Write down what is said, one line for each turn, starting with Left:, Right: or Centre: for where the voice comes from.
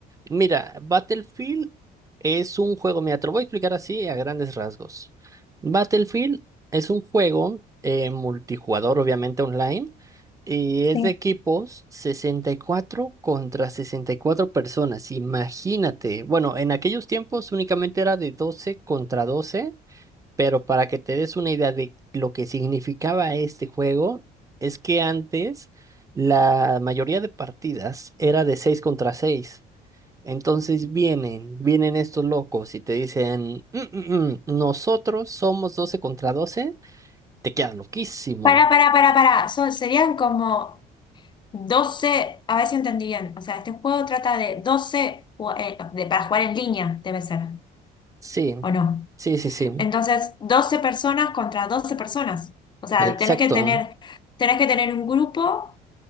Right: mira, Battlefield es un juego, mira, te lo voy a explicar así a grandes rasgos. Battlefield es un juego eh, multijugador, obviamente online, y es
Left: Sí.
Right: de equipos 64 contra 64 personas, imagínate. Bueno, en aquellos tiempos únicamente era de 12 contra doce pero para que te des una idea de lo que significaba este juego, es que antes la mayoría de partidas era de 6 contra seis Entonces vienen, vienen estos locos y te dicen, "Mm, mm, mm, nosotros somos 12 contra doce te quedas loquísimo.
Left: Para, para, para, para. Son, serían como 12. a ver si entendí bien. O sea, este juego trata de doce ju- eh, de, para jugar en línea, debe ser,
Right: Sí,
Left: ¿o no?
Right: sí, sí, sí,
Left: Entonces, 12 personas contra 12 personas. O sea,
Right: exacto.
Left: tenés que tener, tenés que tener un grupo.